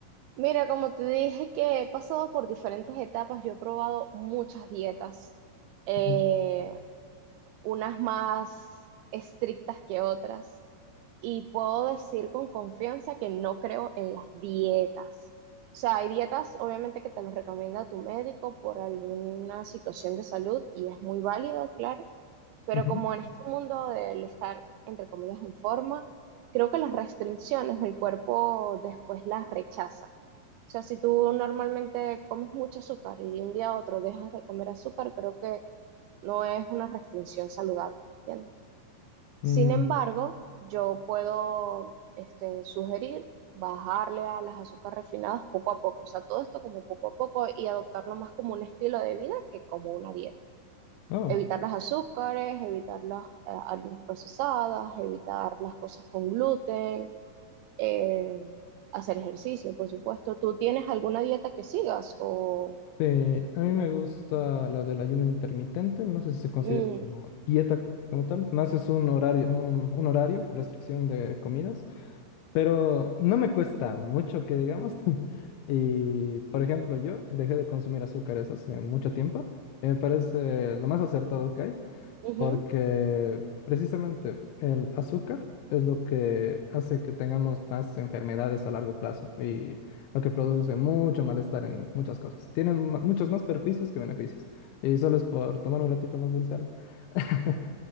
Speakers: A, on the right (about 80°); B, on the left (about 75°).
A: Mira, como te dije que he pasado por diferentes etapas, yo he probado muchas dietas. Eh,
B: Ujú.
A: unas más estrictas que otras. Y puedo decir con confianza que no creo en las dietas. O sea, hay dietas obviamente que te los recomienda tu médico por alguna situación de salud y es muy válido, claro, pero
B: Ujú.
A: como en este mundo del estar, entre comillas, en forma, creo que las restricciones el cuerpo después las rechaza. O sea, si tú normalmente comes mucho azúcar y de un día a otro dejas de comer azúcar, creo que no es una restricción saludable, ¿entiendes? Sin
B: Mm,
A: embargo, yo puedo este, sugerir bajarle a las azúcares refinadas poco a poco, o sea, todo esto como poco a poco y adoptarlo más como un estilo de vida que como una dieta.
B: Oh.
A: Evitar las azúcares, evitar las eh, harinas procesadas, evitar las cosas con gluten, eh, hacer ejercicio, por supuesto. ¿Tú tienes alguna dieta que sigas o...
B: Sí, a mí me gusta la del ayuno intermitente, no sé si se considera
A: Mm,
B: como dieta como tal, más es un horario, un, un horario, restricción de comidas, pero no me cuesta mucho que digamos. <laughs> Y, por ejemplo, yo dejé de consumir azúcares hace mucho tiempo, y me parece lo más acertado que hay
A: ujú.
B: porque precisamente el azúcar es lo que hace que tengamos más enfermedades a largo plazo y lo que produce mucho malestar en muchas cosas. Tiene ma- muchos más perjuicios que beneficios y solo es por tomar un ratito más del sal. <laughs>